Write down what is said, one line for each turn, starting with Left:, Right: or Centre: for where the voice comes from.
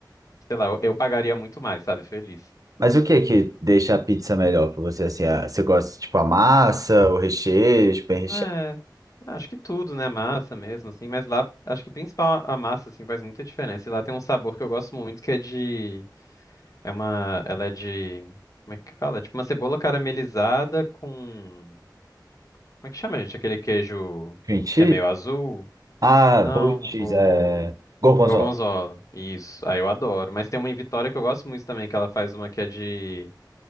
Left: sei lá, eu, eu pagaria muito mais, sabe? Feliz.
Right: Mas o que é que deixa a pizza melhor pra você? Assim, ah, você gosta, tipo, a massa, o recheio, tipo, bem recheado?
Left: É, acho que tudo, né? Massa mesmo, assim. Mas lá, acho que principal a a massa, assim, faz muita diferença. E lá tem um sabor que eu gosto muito, que é de... É uma... Ela é de... Como é que fala? É tipo uma cebola caramelizada com... Como é que chama, gente? Aquele queijo
Right: Cream cheese?
Left: que é meio azul?
Right: Ah,
Left: Não,
Right: blue cheese,
Left: o...
Right: é... Gorgonzola.
Left: Gorgonzola. Isso. Aí eu adoro. Mas tem uma em Vitória que eu gosto muito também, que ela faz uma que é de...